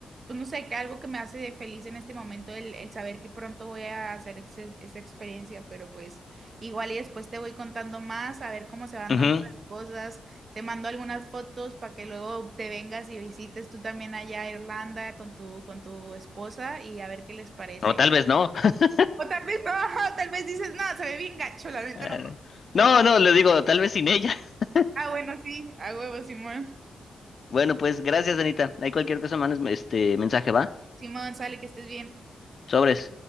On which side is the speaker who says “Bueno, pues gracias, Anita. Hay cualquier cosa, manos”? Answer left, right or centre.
Left